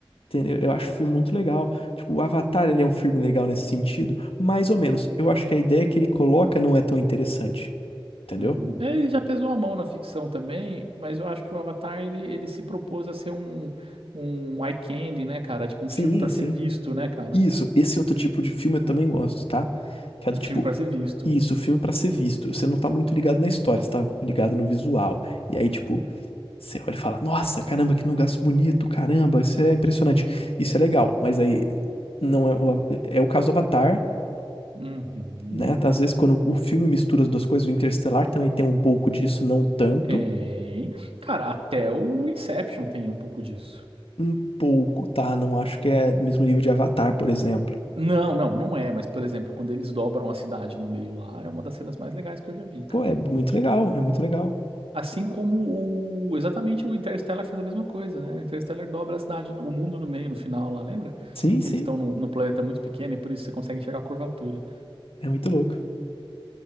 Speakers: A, on the left; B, on the right.
A: Entendeu? Eu acho o filme muito legal. Tipo, o Avatar, ele é um filme legal nesse sentido, mais ou menos. Eu acho que a ideia que ele coloca não é tão interessante, entendeu?
B: Uhum. É, Ele já pesou a mão na ficção também, mas eu acho que o Avatar ele, ele se propôs a ser um, um eye candy, né, cara? Tipo,
A: Sim,
B: um filme pra
A: sim.
B: ser visto, né, cara?
A: Isso, esse outro tipo de filme eu também gosto, tá? Que é do
B: Um
A: tipo,
B: filme pra ser visto.
A: isso, filme pra ser visto. Você não tá muito ligado na história, você tá ligado no visual. E aí, tipo, você olha e fala: "Nossa, caramba, que lugar bonito, caramba, isso é impressionante". Isso é legal, mas aí não é o, é o caso do Avatar
B: Uhum.
A: né? Às vezes quando o filme mistura as duas coisas, o Interestelar também tem um pouco disso, não tanto,
B: Tem. Cara, até o Inception tem um pouco disso.
A: um pouco, tá? Não acho que é mesmo nível de Avatar, por exemplo.
B: Não, não, não é, mas por exemplo, quando eles dobram a cidade no meio lá, é uma das cenas mais legais que eu já vi, cara.
A: Pô, é muito legal, é muito legal.
B: Assim como o, exatamente o Interstellar faz a mesma coisa, né? O Interstellar dobra a cidade, no- o mundo no meio, no final lá, lembra?
A: Sim,
B: Que
A: sim,
B: eles estão num, num planeta muito pequeno e por isso você consegue enxergar a curvatura.
A: é muito louco.